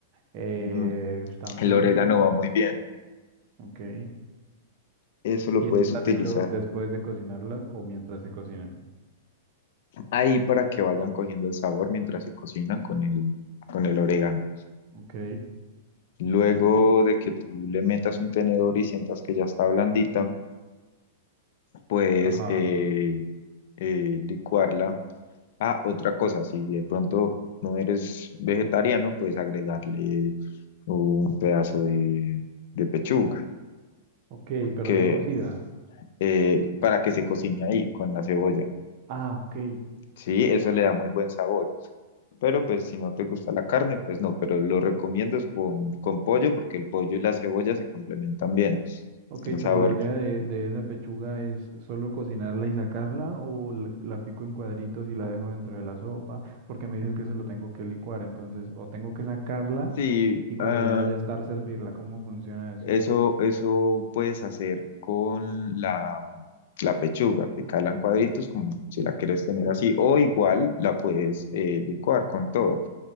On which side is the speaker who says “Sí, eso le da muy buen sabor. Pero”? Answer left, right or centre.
Left